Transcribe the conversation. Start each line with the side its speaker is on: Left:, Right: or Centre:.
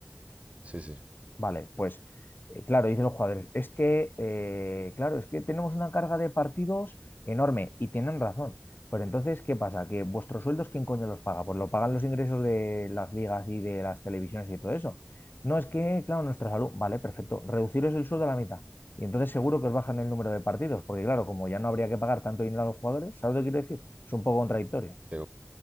Right: sí, sí,
Left: Vale, pues eh, claro, dicen los jugadores, es que, eh, claro, es que tenemos una carga de partidos enorme y tienen razón. Pero entonces, ¿qué pasa? Que vuestros sueldos, ¿quién coño los paga? Pues lo pagan los ingresos de las ligas y de las televisiones y todo eso. No, es que, claro, nuestra salud, vale, perfecto, reduciros el sueldo a la mitad. Y entonces seguro que os bajan el número de partidos, porque claro, como ya no habría que pagar tanto dinero a los jugadores, ¿sabes lo que quiero decir? Es un poco contradictorio.
Right: sí.